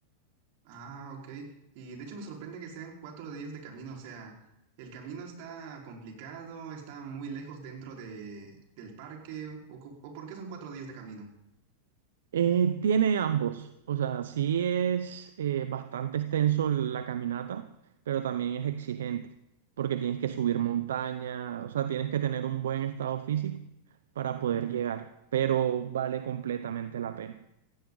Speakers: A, on the right; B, on the right.
A: Ah, ok. Y de hecho me sorprende que sean cuatro días de camino. O sea, el camino está complicado, está muy lejos dentro de, del parque, o, co- o ¿por qué son cuatro días de camino?
B: Eh, tiene ambos, o sea, sí es eh, bastante extenso la caminata, pero también es exigente, porque tienes que subir montaña, o sea, tienes que tener un buen estado físico para
A: Ujú.
B: poder llegar, pero vale completamente la pena.